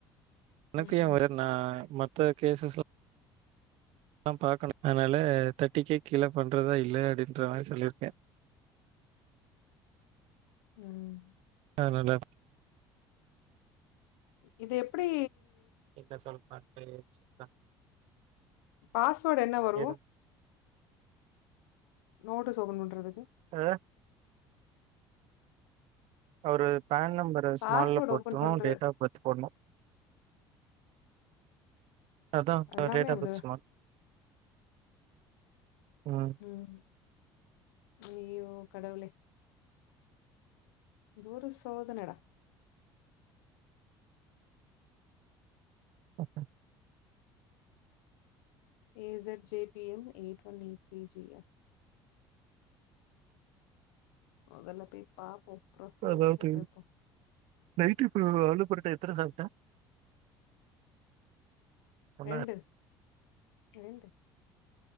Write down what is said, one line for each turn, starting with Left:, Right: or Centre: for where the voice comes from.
Right: எனக்கு
Left: ம்,
Right: ஏ வர நா மத்த கேசஸ் லா பாக்கனு அதனால தர்ட்டிக்கே கீழே பண்றதா இல்லையா அப்டின்ற மாரி சொல்லிருக்கே
Left: ம்
Right: அதனால
Left: இது எப்டி
Right: என்ன சொல்ற ‌நானு <unintelligible>
Left: பாஸ்வேர்டு என்ன வரு
Right: ஏதும்
Left: நோட்டீஸ் ஓப்பன் பண்றதுக்கு
Right: ஆ அவரு பேன் நம்பரு ஸ்மால்ல
Left: பாஸ்வேர்ட்
Right: போட்டும்
Left: ஓப்பன் பண்றது
Right: டேட் ஆஃப் பர்த் போட்ணு அதா அவர்
Left: எல்லாமே
Right: டேட்டாஃப்
Left: அப்டிதா.
Right: பர்த் சொன்னா ம்
Left: ம் அய்யோ கடவுளே குரு சோதனடா
Right: <unintelligible>
Left: ஈஜட் J B M eight one eight three ஜீயா மொதல்ல போய் பாப்போ புரொஃபைல்ல
Right: அதாவது
Left: போட்டு வெப்போ
Right: நைட்டு இப்ப ஆலு பொரட்டா எத்தன சாப்ட்ட ஒண்ணா?
Left: ரெண்டு ரெண்டு